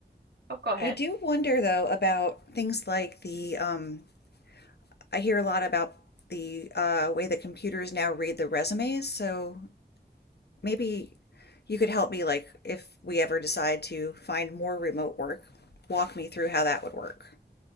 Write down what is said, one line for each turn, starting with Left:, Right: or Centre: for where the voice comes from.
Right: oh go ahead
Left: I do wonder though about things like the um I hear a lot about the uh way that computers now read the resumes. So maybe you could help me, like, if we ever decide to find more remote work, walk me through how that would work.